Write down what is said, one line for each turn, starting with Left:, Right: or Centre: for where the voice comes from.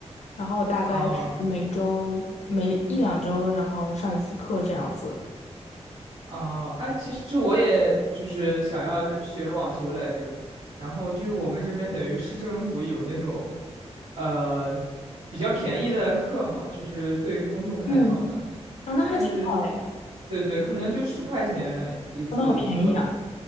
Left: 然后大概是每周每一两周，
Right: 啊
Left: 然后上一次课这样子。
Right: 啊！哎，其实我也就是想要学网球来着，然后就是我们这边等于市政府有那种，呃，比较便宜的课嘛，就是对公众开放的，
Left: 嗯，啊，那还挺好哎，
Right: 但是，对对，可能就十块钱一次课吧。
Left: 哦，那好便宜啊。